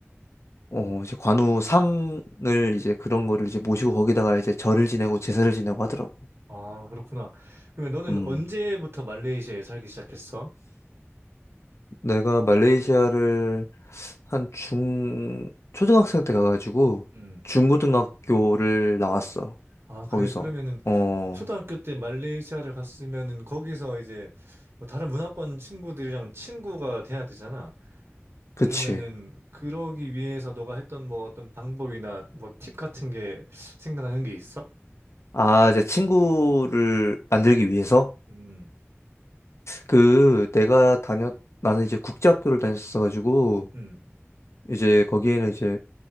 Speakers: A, on the left; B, on the right.
A: 어, 이제 관우 상을 이제 그런 거를 이제 모시고 거기다가 이제 절을 지내고 제사를 지내고 하더라고.
B: 아, 그렇구나. 그러면 너는
A: 음,
B: 언제부터 말레이시아에 살기 시작했어?
A: 내가 말레이시아를 한 중, 초등학생 때 가가지고
B: 음.
A: 중고등학교를 나왔어.
B: 아,
A: 거기서.
B: 그래. 그러면은
A: 어,
B: 초등학교 때 말레이시아를 갔으면은 거기서 이제 뭐 다른 문화권 친구들이랑 친구가 돼야 되잖아. 그러면은
A: 그치.
B: 그러기 위해서 너가 했던 뭐 어떤 방법이나 뭐 팁 같은 게 생각나는 게 있어?
A: 아, 이제 친구를 만들기 위해서?
B: 음,
A: 그, 내가 다녔, 나는 이제 국제학교를 다녔어가지고,
B: 음,
A: 이제 거기에는 이제